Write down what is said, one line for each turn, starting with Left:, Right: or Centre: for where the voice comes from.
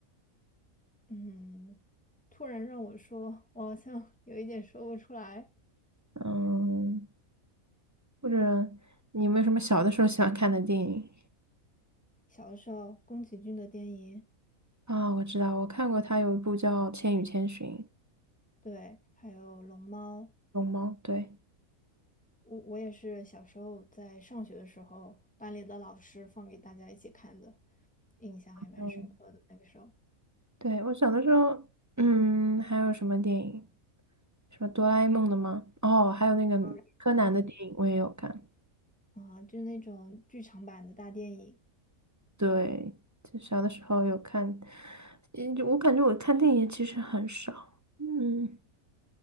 Centre: 嗯，突然让我说，我好像 <laughs> 有一点说不出来。
Right: 嗯，或者你有没有什么小的时候喜欢看的电影
Centre: 小的时候，宫崎骏的电影，
Right: 啊？我知道，我看过他有一部叫《千与千寻》，
Centre: 对，还有《龙猫》，
Right: 龙猫，对，
Centre: 我我也是小时候在上学的时候，班里的老师放给大家一起看的，印象还蛮深刻的。
Right: 嗯，
Centre: 那个时候，
Right: 对，我小的时候，嗯，还有什么电影？什么哆啦 A 梦的吗？哦，还有那个柯南的电影我也有看。
Centre: 二嗯，嗯啊，就那种剧场版的大电影。
Right: 对，就小的时候有看，嗯，就我感觉我看电影其实很少，嗯，